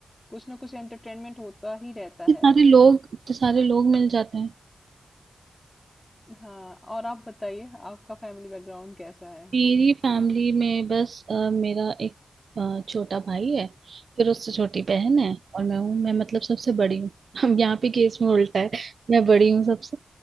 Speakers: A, on the left; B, on the right.
A: कुछ ना कुछ एंटरटेनमेंट होता ही रहता
B: इतने
A: है
B: सारे लोग इतने सारे लोग मिल जाते हैं
A: हाँ और आप बताइए आपका फैमिली बैकग्राउंड कैसा है
B: मेरी फैमिली में बस अ, मेरा एक अ, छोटा भाई है फिर उससे छोटी बहन है और मैं हूँ मैं मतलब सबसे बड़ी हूँ <laughs> हम यहाँ पे केस में उल्टा है मैं बड़ी हूँ सबसे